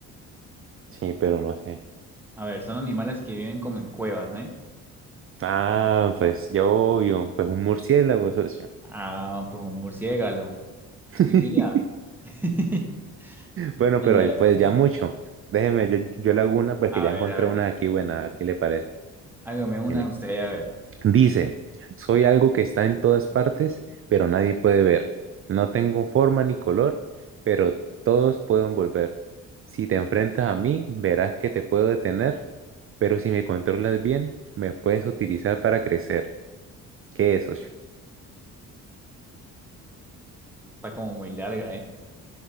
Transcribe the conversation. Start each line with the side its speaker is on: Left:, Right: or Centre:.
Right: Sí, pero no sé.
Centre: A ver, son animales que viven como en cuevas, ¿eh?
Right: Ah, pues yo obvio, pues un murciélago, socio.
Centre: Ah, pues un murciélago.
Right: <laughs>
Centre: ¿Sí pilla? <laughs>
Right: Bueno,
Centre: Y
Right: pero
Centre: ya
Right: ahí, pues
Centre: era eso.
Right: ya mucho. Déjeme, yo, yo le hago una, pues que
Centre: A
Right: ya
Centre: ver,
Right: encontré
Centre: a ver.
Right: una aquí buena, a ver qué le parece.
Centre: Hágame una
Right: Mire,
Centre: usted, a ver.
Right: dice, soy algo que está en todas partes, pero nadie puede ver. No tengo forma ni color, pero todos pueden volver. Si te enfrentas a mí, verás que te puedo detener, pero si me controlas bien, me puedes utilizar para crecer. ¿Qué es, socio?
Centre: Está como muy larga, ¿eh?